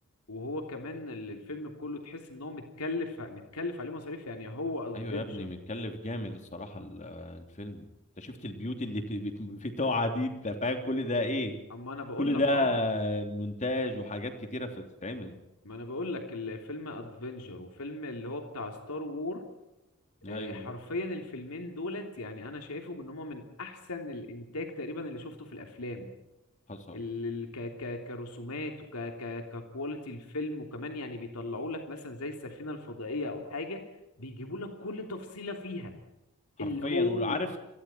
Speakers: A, on the left; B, on the left.
A: وهو كمان ال- الفيلم كله تحس ان هو متكلف متكلف عليه مصاريف يعني هو ادفنجر
B: ايوه يا ابني متكلف جامد الصراحه ال- آه، الفيلم انت شفت البيوت اللي في بت- بتوعها دي انت فاهم كل ده ايه
A: اما انا بقول
B: كل
A: لك
B: ده
A: اه
B: مونتاج وحاجات كتيره بتتعمل
A: ما انا بقول لك الفيلم ادفنجر وفيلم اللي هو بتاع ستار وور
B: ايوه
A: آه، حرفيا الفيلمين دولت يعني انا شايفهم ان هما من احسن الانتاج تقريبا اللي شفته في الافلام
B: حصل
A: ال ال- ك ك كرسومات وك ك ككواليتي الفيلم وكمان يعني بيطلعوا لك مثلا زي السفينة الفضائية او حاجة بيجيبوا لك كل تفصيلة فيها
B: حرفيا
A: اللي هو
B: وعارف